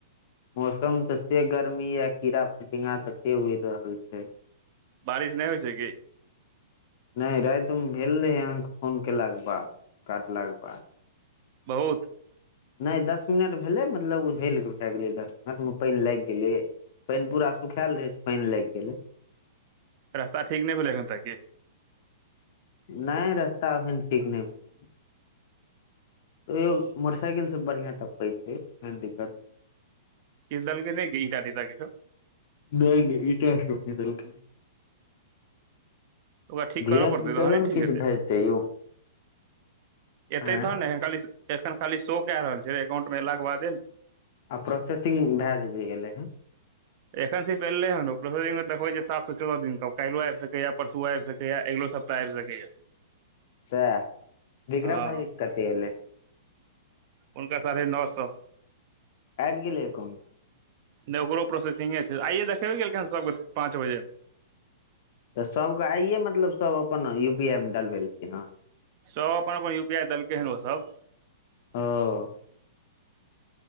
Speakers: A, on the left; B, on the right.
A: मौसम तऽ ते गर्मी यऽ कीड़ा फतिंगा तते उड़ रहल छै
B: बारिश नहि होइ छै की
A: नहि रातिमे भेल रहै अहाँके फोन केलाक के बाद काटलाके बाद
B: बहुत
A: नहि दस मिनट भेलै मतलब उझल कऽ भए गेलै दस मिनटमे पानि लागि गेलै पनि पूरा सुखाल रहै छै पनि लागि गेले
B: रास्ता ठीक नहि भेले एखन तऽ के
A: नहि रस्ता ओहन ठिक नहि भेलै है ओयो मोटर साइकिल सब बढ़ियां टपे छै कोन दिक्कत
B: किछदेल के नहि इटा तिटा किछु
A: नहि नहि ईटा सबने देलके
B: ओकरा ठीक
A: धीरजके
B: करऽ पड़तै तहने
A: कहियौ ने
B: ठीक
A: किछु
B: हेतै
A: भेजतै यौ
B: एतै
A: आँय
B: तहन ने एखन खाली एखन खाली शो कए रहल छै अकाउंट मे एयलाक के बादे ने
A: आ प्रोसेसिंग भए जे गेलै हन
B: एखन सिर्फ एले हन <inaudible> में देखबै छै सातसँ चौदह दिन काल्हि ओ आबि सकैये परसुओ आबि सकैये अगिलो सप् पैब सकैया
A: सेह विक्रम
B: हँ
A: भाइजी के कते एलै
B: उनका साढ़े नओ सो
A: आबि गेलै अकाउंट
B: नहि ओकरो प्रोसेसिंगे छै आइयए देखेबे केलकै सभके पाँच बजे
A: तऽ सभके आइए मतलब सब अपन यू पी आई मे डलबेलखिन हेन
B: सब अपन अपन यू पी आइ देलकै हन ओ सब
A: हाँ